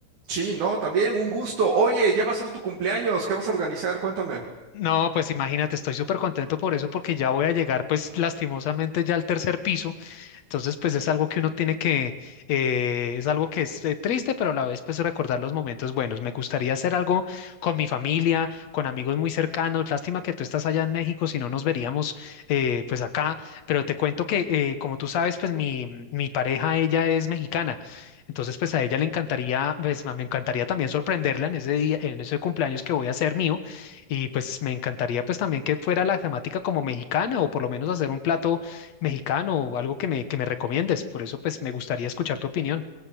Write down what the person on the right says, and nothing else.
Sí, no, también un gusto. Oye, ya va a ser tu cumpleaños. ¿Qué vas a organizar? Cuéntame.